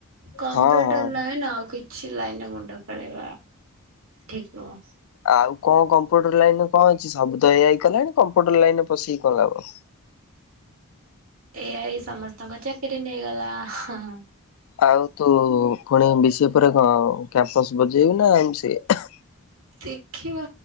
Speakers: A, on the right; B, on the left.
A: କମ୍ପ୍ୟୁଟର
B: ହଁ ହଁ।
A: ଲାଇନ୍ ଆଉ। କିଛି ଲାଇନରେ ମୁଣ୍ଡ ଖେଳେଇବା ଠିକ୍ ନୁହଁ।
B: ଆଉ କଣ କମ୍ପ୍ୟୁଟର ଲାଇନରେ କଣ ଅଛି ଶବୁତ ଏଆଇ କଲାଣି କମ୍ପ୍ୟୁଟର ଲାଇନରେ ପଶିକି କଣ ଲାଭ।
A: ଏଆଇ ସମସ୍ତଙ୍କ ଚାକିରି ନେଇଗଲା ହଁ।
B: ଆଉ ତୁ ପୁଣି ବିସିଏ ପରେ କଣ କ୍ୟାମ୍ପସ ବଜେଇବୁ ନାଁପୁଣି ଏମସି ଏ?
A: ଦେଖିବା